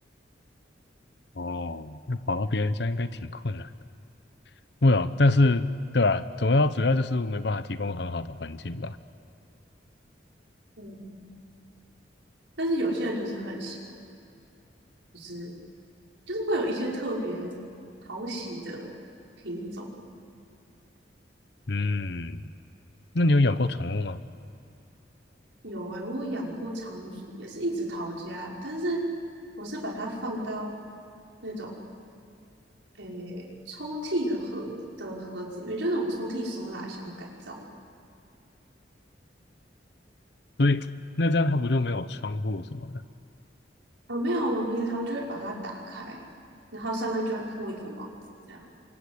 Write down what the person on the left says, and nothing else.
<laughs> 哦，那跑到别人家应该挺困难的。会哦，但是对吧？主要主要就是没办法提供很好的环境吧。
嗯，那你有养过宠物吗？
所以那这样它不就没有窗户什么的？